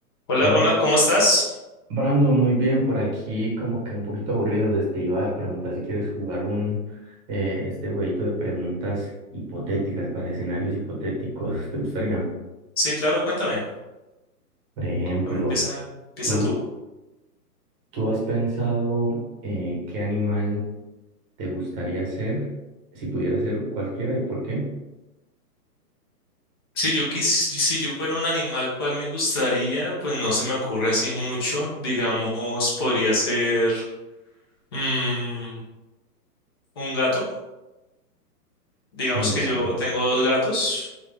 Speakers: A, on the left; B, on the right.
A: Hola
B: Bla-
A: Ronald, ¿cómo estás?
B: Brando, muy bien, por aquí como que un poquito aburrido, entonces te iba a preguntar si quieres jugar un eh, este jueguito de preguntas hipotéticas para escenarios hipotéticos, ¿te gustaría?
A: Sí, claro, cuéntame.
B: Por ejemplo,
A: Cuéntame, empieza, empieza
B: ¿tú,
A: tú.
B: tú has pensado eh, qué animal te gustaría ser si pudiera ser cualquiera y por qué?
A: Si yo quis- si yo fuera un animal, ¿cuál me gustaría? Pues no se me ocurre así mucho. Digamos, podría ser mm, un gato. Digamos
B: Un
A: que
B: gato.
A: yo tengo dos gatos